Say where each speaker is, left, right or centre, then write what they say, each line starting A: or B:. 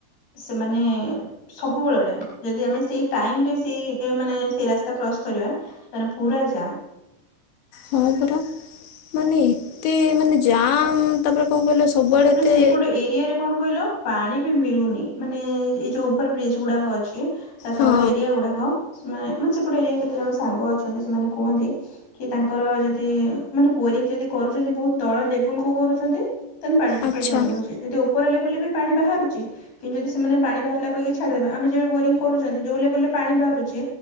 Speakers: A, on the left; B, on the left.
A: ସେମାନେ। ସବୁବେଳ ଟାଇମ୍ ଯଦି ଆମେ ସେଇ ଟାଇମରେ ସେଇ ମାନେ ସେ ରାସ୍ କ୍ରସ୍ କରିବା ତାେ ପୁରା ଜାମ।
B: ହଁ ପରା ମାନେ ଏତେ ମାନେ ଜାମ। ତାପରେ କଣ କହିଲ? ସବୁଆଡ଼େ
A: ତାପରେ
B: ଏତେ
A: ସେଇପୋଟେ ଏରିଆରେ କଣ କହିଲ? ପାଣି ବି ମିଳୁନି ମାନେ ଏଇ ଯୋଉ ଓଭର ବ୍ରିଜ ଗୁଡାକ ଅଛି ତା
B: ହଁ
A: ତଳ ଏରିଆ ଗୁଡାକ। ସେମାନେ ମାନେ ସେପଟେ ଏରିଆ କେତେ ଜଣ ସାଙ୍ଗ ଅଛନ୍ତି ସେମାନେ କୁହନ୍ତି। କି ତାଙ୍କର ଯଦି ମାନେ ବୋରିଙ୍ଗ ଯଦି କରୁଛନ୍ତି ବହୁତ ତଳ ଲେବୁଲକୁୁ କରୁଛନ୍ତି। ତାେଲେ ପାଣି ଟିକେ
B: ଆଚ୍ଛା
A: ଭଲ ମିଳୁଛି ଯଦି ଉପର ଲେବୁଲରେ ବି ପାଣି ବାହାରୁଛି କିନ୍ତୁ ଯଦି ସେମାନେ ପାଣି ବାହାରିଲା କହି କି ଛାଡି ଦେବେ ଆମେଯେବେ ବୋରିଂ କରୁଛନ୍ତି ଯଉ ଲେବୁଲରେ। ପାଣି ବାହାରୁଛି